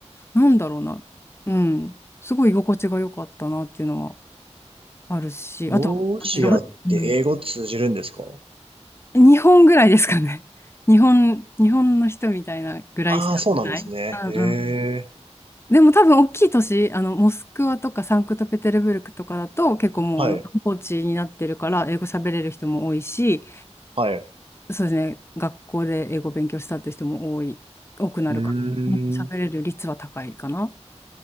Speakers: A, on the left; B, on the right.
A: う、なんだろうな、うん、すごい居心地が良かったなっていうのはあるし、
B: ロシアって英語通じるんですか
A: あと、私ロ、うん、日本ぐらいですかね。<laughs> 日本、日本の人みたいなぐらいしかないうんうん。
B: ああー、そうなんですね。へえ。
A: でも多分大きい都市、あの、モスクワとかサンクトペテルブルクとかだと結構もうあの観光地になってるから英語喋れる人も多いし、
B: はい。はい。う
A: そうですね、学校で英語勉強したって人も多い、多くなるから、
B: ーん。
A: うん喋れる率は高いかな。